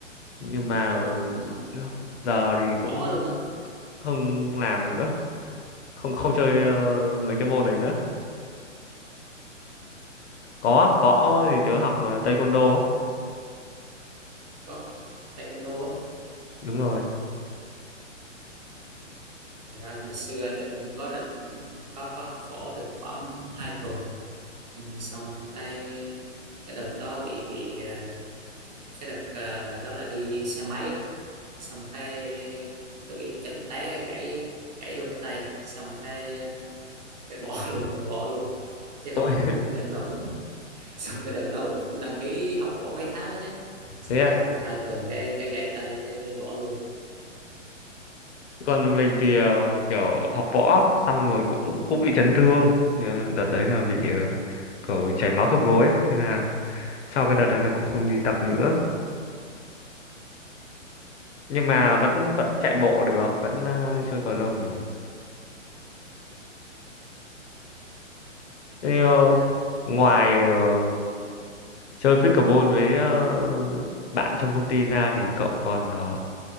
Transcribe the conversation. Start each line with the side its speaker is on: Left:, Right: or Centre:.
Left: nhưng mà ừ,
Right: Ừ, học học
Left: giờ thì
Right: học
Left: cũng
Right: võ luôn á
Left: không làm nữa không không chơi ờ, mấy cái môn đấy nữa có võ thì tớ học ờ, taekwondo ấy
Right: có taekwondo á
Left: đúng rồi
Right: Thật ra ngày xưa tớ cũng có định có có học phổ được khoảng hai tuần ừ, xong cái cái đợt đó bị bị ờ, cái đợt ờ, đó là đi xe máy đó xong cái tớ bị chấn té cái gãy gãy luôn cái tay xong cái ờ, cái bỏ <laughs> luôn cũng bỏ luôn chứ không
Left: ôi
Right: đợt đó cũng- <laughs> xong cái đợt đó cũng, cũng đăng ký học võ mấy tháng đó chứ xong
Left: <laughs> thế à
Right: học được hai tuần cái cái gãy tay cái bỏ luôn
Left: còn mình thì ờ, kiểu học võ xong rồi cũng cũng bị chấn thương Thì, ờ, đợt đấy là bị ờ, kiểu chảy máu khớp gối ấy. thế là sau cái đợt đấy là cũng không đi tập nữa nhưng mà vẫn vẫn chạy bộ được vẫn ờ, chơi cầu lông được thế ờ,
Right: Ờ,
Left: ngoài ờ, chơi pickleball với ờ, bạn trong công ty ra thì cậu còn ờ,